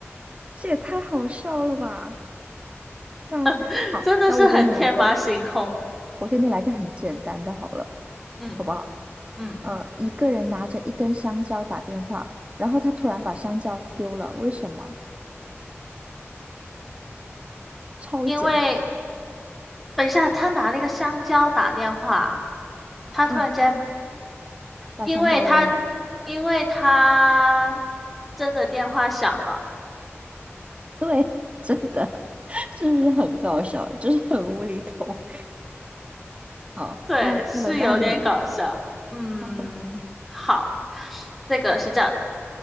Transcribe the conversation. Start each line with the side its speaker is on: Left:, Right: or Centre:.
Right: 这也太好笑了吧？那好，
Centre: <laughs>”真的是很天马行空。
Right: 那我给你来个。我给你来个很简单的好了，
Centre: 嗯
Right: 好不好？
Centre: 嗯，
Right: 嗯，一个人拿着一根香蕉打电话，然后他突然把香蕉丢了，为什么？超简，
Centre: 因为等一下，他拿了一个香蕉打电话，他突然间
Right: 嗯，把香蕉扔。
Centre: 因为他，因为他真的电话响了，
Right: 对，<laughs> 真的，<laughs> 是不是很搞笑？就是很无厘头。好，
Centre: 对，
Right: 那那轮到你了。
Centre: 是有点搞笑。嗯，
Right: <laughs>
Centre: 好，这个是这样的，